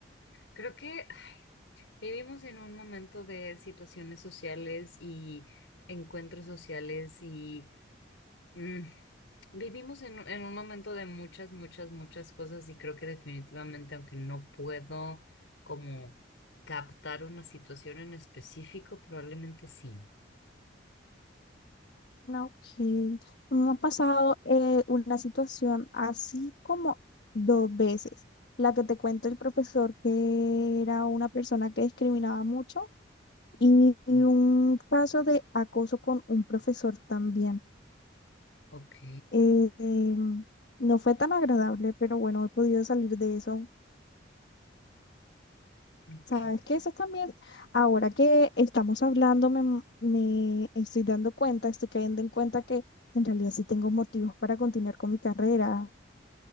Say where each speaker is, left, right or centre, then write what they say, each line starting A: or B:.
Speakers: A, on the left; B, on the left.
A: Creo que ah, vivimos en un momento de situaciones sociales y encuentros sociales y... mm, Vivimos en, en un momento de muchas, muchas, muchas cosas y creo que definitivamente, aunque no puedo como captar una situación en específico, probablemente sí.
B: Ah, Ok. Me ha pasado eh, una situación así como dos veces. La que te cuenta el profesor, que era una persona que discriminaba mucho, y, y
A: Mm.
B: un caso de acoso con un profesor también.
A: Ok,
B: Eh, em, no fue tan agradable, pero bueno, he podido salir de eso.
A: ok,
B: Sabes que eso también, ahora que estamos hablando, me, me estoy dando cuenta, estoy cayendo en cuenta que en realidad sí tengo motivos para continuar con mi carrera.